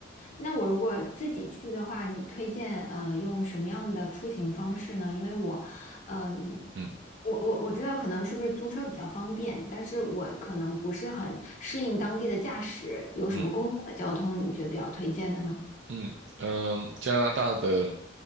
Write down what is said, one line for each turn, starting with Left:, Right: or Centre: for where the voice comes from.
Left: 那我如果自己去的话，你推荐呃用什么样的出行方式呢？因为我，嗯、
Right: 嗯
Left: 我我我知道可能是不是租车比较方便，但是我可能不是很适应当地的驾驶，有什么公共的交通你觉得比较推荐的呢？
Right: 嗯。嗯嗯、呃加拿大的